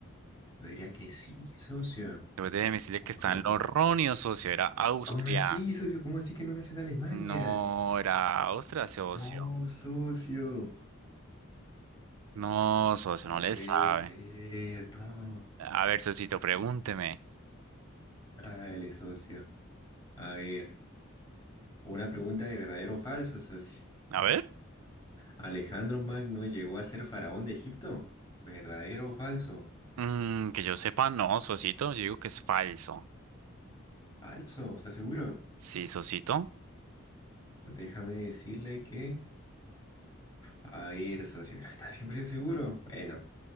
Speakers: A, on the left; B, on the right.
A: Yo diría que sí, socio.
B: Después de decirle
A: Aunque
B: que está en
A: no.
B: lo erróneo, socio. Era Austria.
A: ¿Cómo así, socio? ¿Cómo así que no nació en Alemania?
B: No, era Austria, socio.
A: No, socio.
B: No, socio,
A: No
B: no
A: puede
B: le sabe.
A: ser, no.
B: A ver, socito, pregúnteme.
A: Dale, socio. A ver, una pregunta de verdadero o falso, socio.
B: A ver.
A: ¿Alejandro Magno llegó a ser faraón de Egipto? ¿Verdadero o falso?
B: Mm, que yo sepa, no, socito, yo digo que es falso.
A: Falso, ¿estás seguro?
B: Sí, Sosito.
A: Déjame decirle que A ver, socio, pero está siempre seguro. Bueno,